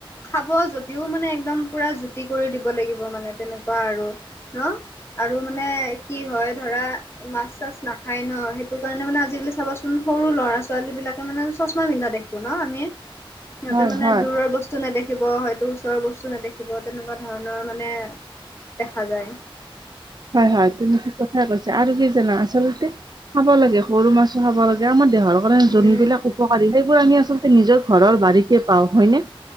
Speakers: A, on the left (about 25°); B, on the right (about 45°).
A: খাব যদিও মানে, একদম পুৰা জুতি কৰি দিব লাগিব মানে, তেনেকুৱা আৰু ন'? আৰু মানে, কি হয় ধৰা, মাছ -চাছ নাখায় ন'! সেইটো কাৰণে মানে, আজিকালি চাবাচোন? সৰু ল'ৰা ছোৱালীবিলাকে মানে চশমা পিন্ধা দেখ বনাও আমি। সিহঁতে
B: হয়
A: মানে,
B: হয়
A: দূৰৰ বস্তু বস্তু নেদেখিব, হয়তো, ওচৰৰ বস্তু নেদেখিব, তেনেকুৱা ধৰণৰ মানে, দেখা যায়।
B: হয়, হয়। তুমি ঠিক কথাই কৈছা আৰু কি জানা? আচলতে খাব লাগে, সৰু মাছো খাব লাগে। আমাৰ দেহৰ
A: উম,
B: যোনবিলাক উপকাৰী, সেইবোৰ আমি আচলতে, নিজৰ ঘৰৰ বাৰীতে পাওঁ হয়নে?